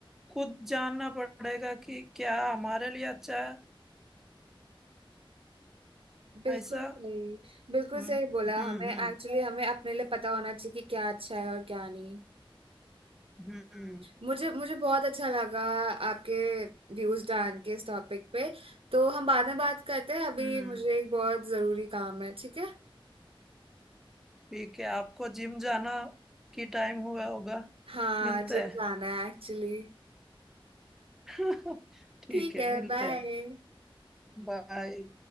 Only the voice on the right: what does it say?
बिल्कुल
सही बिल्कुल
सही बोला
हमें एक्चुअली
हमें अपने लिए पता होना चाहिए कि क्या अच्छा है और क्या नहीं
मुझे मुझे बहुत अच्छा लगा आपके व्यूज जान के इस टॉपिक पे तो हम बाद में बात करते हैं अभी
मुझे एक बहुत जरूरी काम है ठीक है
हाँ
जिम जाना है एक्चुअली
ठीक
है
बाय